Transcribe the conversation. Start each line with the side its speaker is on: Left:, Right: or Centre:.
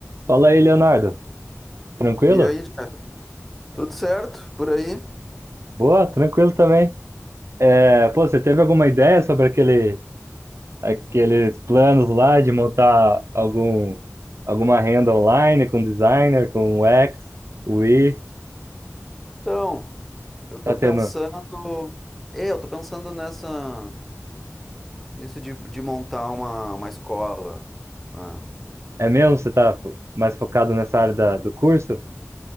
Right: Fala aí, Leonardo. Tranquilo?
Centre: E aí, Jeff, tudo certo por aí?
Right: Boa, tranquilo também. É, pô, você teve alguma ideia sobre aquele, aqueles planos lá de montar algum, alguma renda online com designer, com UX, UI?
Centre: Então, eu tô
Right: Tá tendo?
Centre: pensando, é, eu tô pensando nessa, nisso de, de montar uma, uma escola, né?
Right: É mesmo? Você tá fo- mais focado nessa área da- do curso?